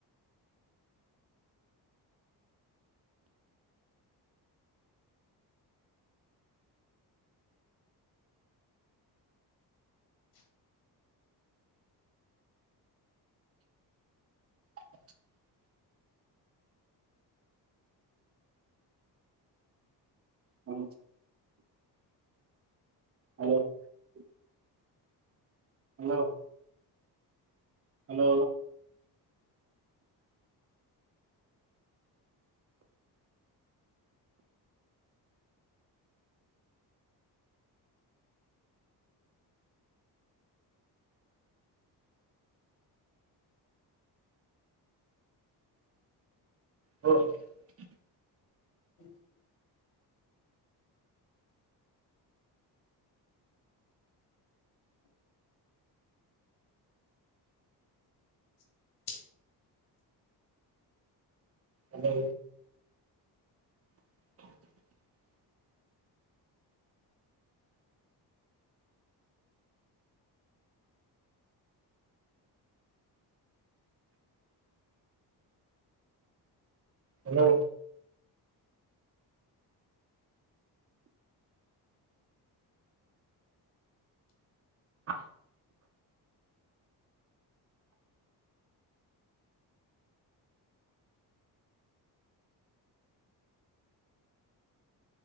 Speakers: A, on the right; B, on the left.
A: <unintelligible> <inaudible> ಹ ಹ <unintelligible> ಹಲೋ. ಹಲೋ ಹ್ಮ <unintelligible>
B: <unintelligible> <inaudible> <unintelligible>
A: ಹಲೋ <unintelligible> ಹಲೋ <unintelligible>